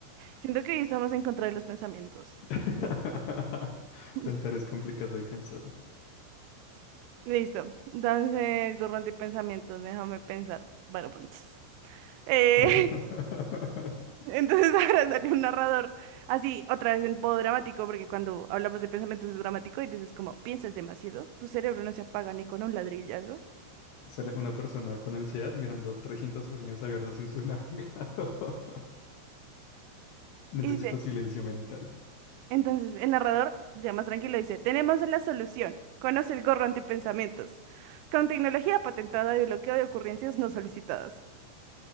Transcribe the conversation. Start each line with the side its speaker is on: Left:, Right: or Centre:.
Right: Siento que hoy estamos en contra de los pensamientos.
Left: <laughs>
Right: Ujú. <laughs>
Left: Pensar es complicado y cansado.
Right: Listo. Entonces, gorro pensamientos déjame pensar. Varopunts. Eh,
Left: <laughs>
Right: <laughs> entonces ahora sale un narrador. Así, otra vez en modo dramático, porque cuando hablamos de pensamientos es dramático y dices como, piensas demasiado, tu cerebro no se apaga ni con un ladrillazo.
Left: Sale una persona con ansiedad mirando 300 pestañas abiertas en su <laughs> navegador. Necesito
Right: Y dice,
Left: silencio mental.
Right: entonces el narrador, ya más tranquilo, dice, tenemos la solución. Conoce el gorro antipensamientos. Con tecnología patentada de bloqueo de ocurrencias no solicitadas.